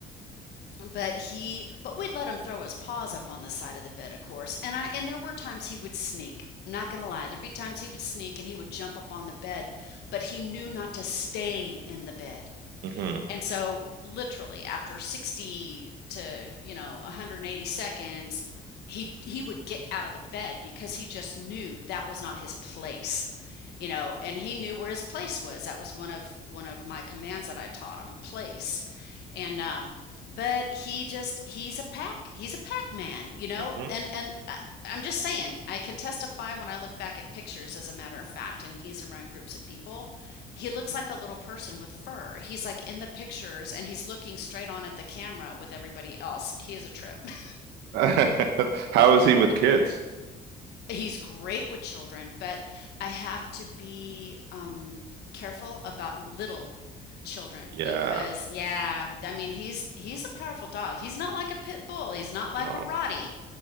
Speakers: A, on the left; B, on the right.
A: But he, but we'd let him throw his paws up on the side of the bed, of course. And I and there were times he would sneak. I'm not gonna lie, there'd be times he would sneak and he would jump up on the bed, but he knew not to stay in the bed.
B: Mm-hmm.
A: And so, literally, after 60 to, you know, 180 seconds, he he would get out of the bed because he just knew that was not his place. You know, and he knew where his place was. That was one of one of my commands that I taught him, place. And um but he just he's a pack he's a pack man you know
B: Mm-hmm.
A: and and I, i'm just saying i can testify when i look back at pictures as a matter of fact and he's around groups of people he looks like a little person with fur. He's like in the pictures and he's looking straight on at the camera with everybody else. He is a trip. <laughs>
B: Mm-hmm. <laughs> How is he with kids?
A: He's great with children, but I have to be um, careful about little children
B: Yeah.
A: because yeah, I mean he's he's a powerful dog. He's not like a pit bull. He's not like
B: No.
A: a Rottie.